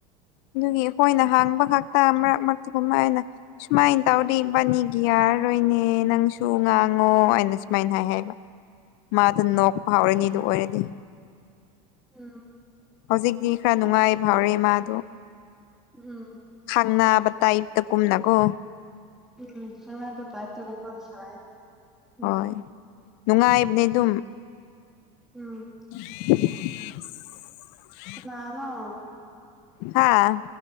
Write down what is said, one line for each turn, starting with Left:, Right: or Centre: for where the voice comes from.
Left: ꯑꯗꯨꯒꯤ ꯑꯩꯈꯣꯏꯅ ꯍꯥꯡꯕ ꯈꯥꯛꯛꯇ ꯃꯔꯛ ꯃꯔꯛꯇꯒꯨꯝꯕ ꯑꯅ ꯁꯨꯃꯥꯏꯅ ꯇꯧꯔꯤ ꯏꯕꯥꯅꯤꯒꯤ ꯌꯥꯔꯔꯣꯏꯅꯦ ꯅꯪꯁꯨ ꯉꯥꯡꯉꯣ ꯑꯅ ꯁꯨꯃꯥꯏꯅ ꯍꯥꯏ ꯍꯥꯏꯕ꯫ ꯃꯥꯗ ꯅꯣꯛꯄ ꯍꯥꯎꯔꯅꯤꯗꯨ ꯑꯣꯏꯔꯗꯤ꯫
Centre: ꯎꯝ꯫
Left: ꯍꯧꯖꯤꯛꯇꯤ ꯈꯔ ꯅꯨꯡꯉꯥꯏ ꯐꯥꯎꯔꯦ ꯃꯥꯗꯣ꯫
Centre: ꯎꯝ꯫
Left: ꯈꯥꯡꯅꯕ ꯇꯥꯏꯞꯇ ꯀꯨꯝꯅꯒꯣ꯫
Centre: ꯎꯝ ꯈꯅꯥꯄ ꯇꯥꯏꯄ ꯁꯥꯏ ꯎꯝ
Left: ꯍꯣꯏ ꯅꯨꯡꯉꯥꯏꯕꯅꯦ ꯑꯗꯨꯝ꯫
Centre: ꯎꯝ꯫
Left: <inaudible>
Centre: ꯀꯥꯅꯅꯣ꯫
Left: ꯍꯥꯥ